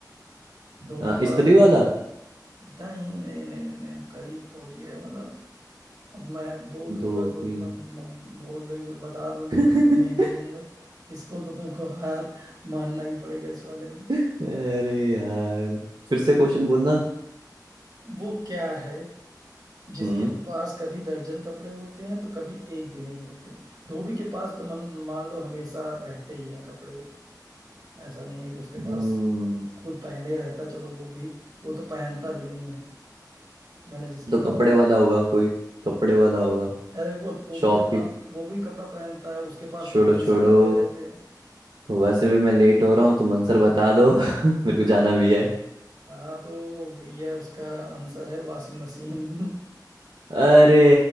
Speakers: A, on the right; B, on the right.
A: धोबी
B: अ,
A: के पास
B: इस्त्री
A: तो
B: वाला
A: नहीं नहीं नहीं नहीं नहीं करीब पहुंच गए हो। मतलब अब मैं बोल दूंगा
B: धोबी
A: तो तुरंत मम- बोल दोगे बता दोगे
B: <laughs>
A: तो इसलिए नहीं बोलूंगा इसको तो तुमको हार मानना ही पड़ेगा इस वाले में
B: अरे यार फिर से क्वेश्चन बोलना
A: वो क्या है जिसके
B: हम्म
A: पास कभी दर्जन कपड़े होते हैं तो कभी एक भी नहीं होते धोबी के पास तो मन मान लो हमेशा रहते ही हैं कपड़े ऐसा नहीं है कि उसके पास
B: हम्म,
A: खुद पहने रहता है, चलो वो भी वो तो पहनता भी नहीं है मैंने जिसकी
B: तो कपड़े
A: बात की
B: वाला होगा कोई कपड़े वाला होगा
A: अरे वो वो भी
B: शॉप
A: कपड़ा
B: की
A: वो भी कपड़ा पहनता है उसके पास
B: छोड़ो
A: तो हमेशा
B: छोड़ो
A: कपड़े रहते हैं
B: वैसे भी मैं लेट हो रहा हूँ तो मंसर बता दो <laughs> मेरे को जाना भी है
A: हाँ तो भैया उसका आंसर है वॉशिंग मशीन
B: अरे